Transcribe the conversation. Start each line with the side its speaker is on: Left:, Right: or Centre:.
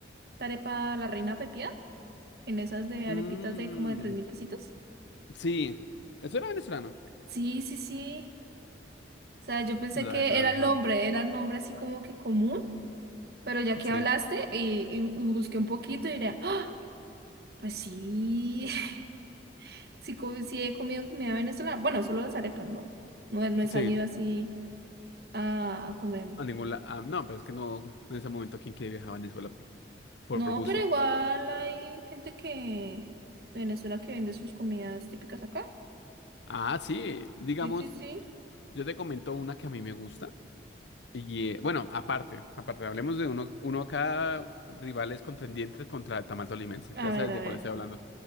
Right: esta arepa La Reina Pepía? En esas de
Left: Mm,
Right: arepitas de como de tres mil pesitos.
Left: sí, eso era venezolano.
Right: Sí, sí, sí. O sea, yo pensé
Left: No sabía
Right: que
Left: que era
Right: era
Left: venezolano.
Right: el nombre, era el nombre así como que común, pero ya que
Left: Sí,
Right: hablaste y, y- y busqué un poquito y diré, ah, pues sí, <laughs> sí, co- sí he comido comida venezolana. Bueno, solo las arepas, ¿no? No, he- no he salido
Left: sí,
Right: así a, a comer.
Left: a ningún lado. no, pues es que no, en ese momento, ¿quién quiere viajar a Venezuela por
Right: No,
Left: gusto?
Right: pero igual hay gente que de Venezuela que vende sus comidas típicas acá.
Left: Ah, sí, digamos,
Right: Sí, sí, sí.
Left: yo te comento una que a mí me gusta. Y eh, bueno, aparte, aparte, hablemos de uno, uno cada rivales contendientes contra el tamal tolimense.
Right: A
Left: Ya
Right: ver,
Left: sabes
Right: a
Left: de
Right: ver.
Left: cuál estoy hablando.